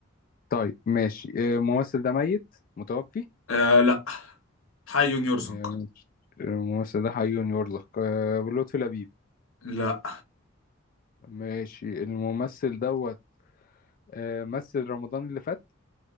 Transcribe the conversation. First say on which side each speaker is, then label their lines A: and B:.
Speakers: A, on the left; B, on the left.
A: طيب ماشي آه، الممثل ده ميت متوفي
B: آه لا حي يرزق
A: آه، ماشي. الممثل ده حي يرزق آه، لطفي لبيب
B: لا
A: ماشي الممثل دوت آه، مثل رمضان اللي فات